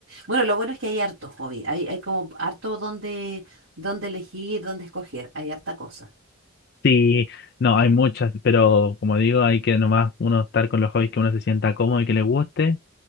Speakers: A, on the right; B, on the left.
A: Bueno, lo bueno es que hay harto hobby, hay, hay como harto donde, donde elegir, donde escoger, hay harta cosa.
B: Sí, no, hay muchas, pero como digo, hay que nomás uno estar con los hobbies que uno se sienta cómodo y que le guste.